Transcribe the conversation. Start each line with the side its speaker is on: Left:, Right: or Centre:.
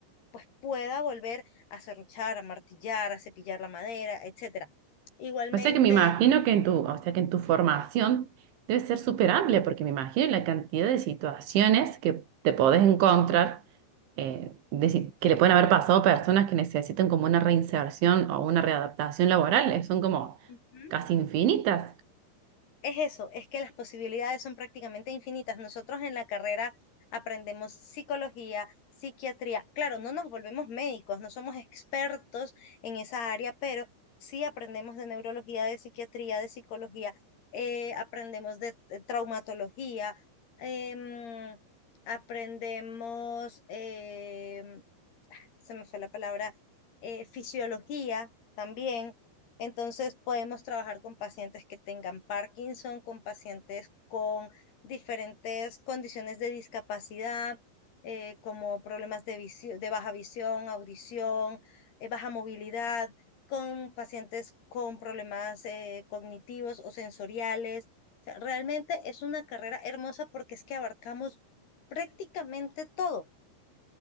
Left: pues pueda volver a serruchar, a martillar, a cepillar la madera, etcétera. Igualmente,
Right: O sea que me imagino que en tu, o sea que en tu formación debe ser súper amplia, porque me imagino la cantidad de situaciones que te podés encontrar, eh, de si- que le pueden haber pasado a personas que necesitan como una reinserción o una readaptación laboral, eh, son como
Left: ujú,
Right: casi infinitas.
Left: Es eso, es que las posibilidades son prácticamente infinitas. Nosotros en la carrera aprendemos psicología, psiquiatría. Claro, no nos volvemos médicos, no somos expertos en esa área, pero sí aprendemos de neurología, de psiquiatría, de psicología, eh, aprendemos de, de traumatología, em, aprendemos em, se me fue la palabra, eh, fisiología también. Entonces podemos trabajar con pacientes que tengan Parkinson, con pacientes con diferentes condiciones de discapacidad, eh, como problemas de visio- de baja visión, audición, eh, baja movilidad, con pacientes con problemas eh, cognitivos o sensoriales. O sea, realmente es una carrera hermosa porque es que abarcamos prácticamente todo.